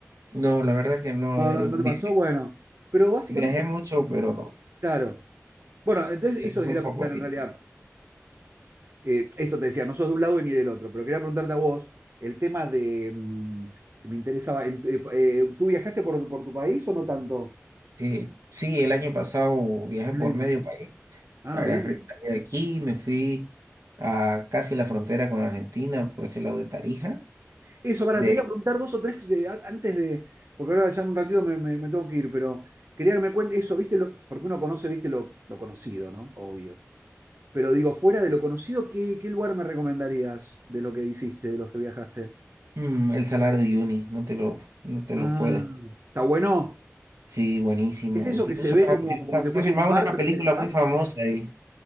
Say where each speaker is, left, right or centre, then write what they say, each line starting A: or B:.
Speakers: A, on the right; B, on the right.
A: No, la verdad que no.
B: No,
A: eh,
B: no, no
A: vi-
B: te pasó, bueno. Pero básicamente,
A: viajé mucho, pero
B: claro. Bueno, entonces
A: en
B: eso te
A: muy
B: quería
A: poco
B: preguntar
A: tiempo.
B: en realidad. Eh, esto te decía, no sos de un lado ni del otro, pero quería preguntarte a vos el tema de... mm, que me interesaba, en- eh, eh, ¿tú viajaste por, por tu país o no tanto?
A: Eh, sí, el año pasado viajé
B: Qué
A: por
B: lindo.
A: medio país.
B: Ah,
A: Agarré,
B: bien.
A: salí de aquí, y me fui a casi la frontera con Argentina, por ese lado de Tarija.
B: Eso, para,
A: De
B: te
A: ahí,
B: iba a preguntar dos o tres de- a- antes de, porque ahora ya en un ratito me, me- me tengo que ir, pero quería que me cuentes eso, ¿viste? Lo, porque uno conoce, ¿viste? Lo, lo conocido, ¿no? Obvio. Pero digo, fuera de lo conocido, ¿qué, qué lugar me recomendarías de lo que hiciste, de los que viajaste?
A: mm, el salario de Uyuni, no te lo, no te
B: Ah,
A: lo puedes
B: está bueno.
A: Sí, buenísimo.
B: ¿Es eso
A: Incluso
B: que se ve
A: han,
B: como,
A: fil-
B: como si fuese
A: han filmado
B: un mar,
A: una
B: pero
A: película
B: que es de
A: muy
B: sal?
A: famosa ahí.